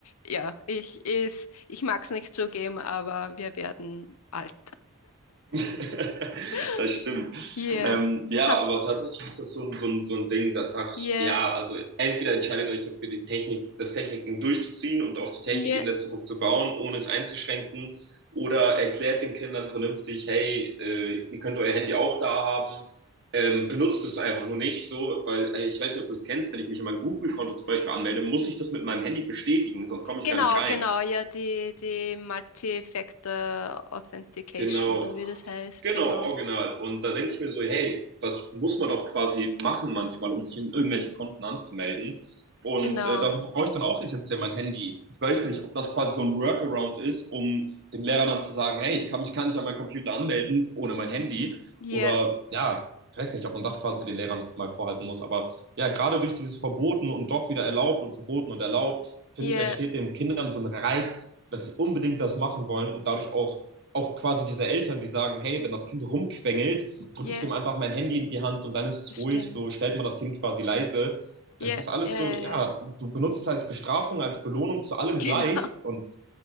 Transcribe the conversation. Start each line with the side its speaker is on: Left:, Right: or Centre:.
Left: Ja, ich ist, ich mag es nicht zugeben, aber wir werden alt.
Right: <laughs>
Left: <laughs>
Right: Das stimmt.
Left: Yeah.
Right: Ähm, ja,
Left: Hast,
Right: aber tatsächlich ist das so ein, so ein, so ein Ding, das sag ich,
Left: yeah,
Right: ja, also entweder entscheidet euch dafür, die Technik, das Technikding durchzuziehen und auf die Technik
Left: yeah.
Right: in der Zukunft zu bauen, ohne es einzuschränken, oder erklärt den Kindern vernünftig, hey, äh, ihr könnt euer Handy auch da haben, ähm, benutzt es einfach nur nicht so, weil äh, ich weiß nicht, ob du es kennst, wenn ich mich in mein Google-Konto zum Beispiel anmelde, muss ich das mit meinem Handy bestätigen, sonst komme ich
Left: Genau,
Right: gar nicht rein.
Left: genau, ja, die, die Multi-Factor Authentication
Right: Genau,
Left: oder wie das heißt,
Right: Genau,
Left: genau.
Right: original. Und da denke ich mir so, hey, das muss man doch quasi machen manchmal, um sich in irgendwelche Konten anzumelden. Und
Left: Genau.
Right: äh, dafür brauche ich dann auch essentiell mein Handy. Ich weiß nicht, ob das quasi so ein Workaround ist, um dem Lehrer dann zu sagen, hey, ich kann mich gar nicht an meinen Computer anmelden ohne mein Handy.
Left: Ja,
Right: Oder ja, ich weiß nicht, ob man das quasi den Lehrern mal vorhalten muss. Aber ja, gerade durch dieses Verboten und doch wieder erlaubt und verboten und erlaubt, finde
Left: ja,
Right: ich, entsteht den Kindern so ein Reiz, dass sie unbedingt das machen wollen und dadurch auch auch quasi diese Eltern, die sagen, hey, wenn das Kind rumquengelt, drücke
Left: ja,
Right: ich dem einfach mein Handy in die Hand und dann ist es
Left: das
Right: ruhig,
Left: stimmt.
Right: so stellt man das Kind quasi leise.
Left: Ja,
Right: Das ist alles
Left: ja, ja,
Right: so, ja,
Left: ja,
Right: du benutzt es als Bestrafung, als Belohnung zu allem
Left: <laughs> genau.
Right: gleich. Und